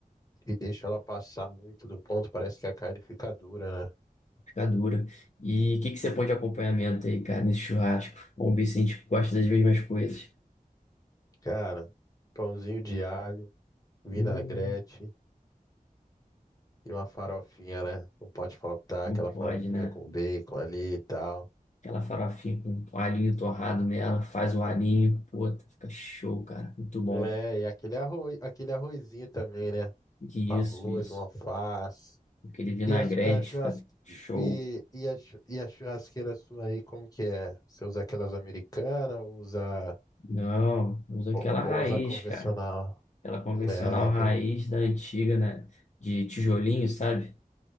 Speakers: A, on the left (about 25°); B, on the left (about 55°).
A: e deixa ela passar muito do ponto, parece que a carne fica dura, né?
B: fica dura. E o que que você põe de acompanhamento aí, cara, nesse churrasco? Vamos ver se a gente gosta das mesmas coisas.
A: Cara, pãozinho de alho, vinagrete
B: Hum,
A: e uma farofinha, né? Não pode faltar
B: não
A: aquela farofinha
B: pode, né?
A: com bacon ali e tal.
B: Aquela farofinha com um alhinho torrado nela, faz o alhinho, puta, fica show, cara, muito bom.
A: É, e aquele arroz, aquele arrozinho também, né?
B: Que
A: Um Arroz,
B: isso, isso.
A: uma alface.
B: Aquele vinagrete,
A: E a, chu- a churrasque...
B: fica show.
A: e, e, a, chu- e a churrasqueira sua aí, como que é? Você usa aquelas americanas, ou usa
B: Não, usa aquela
A: ou,
B: raiz,
A: ou usa convencional?
B: cara. Aquela convencional
A: É,
B: raiz
A: eu
B: da antiga, né? De tijolinho, sabe?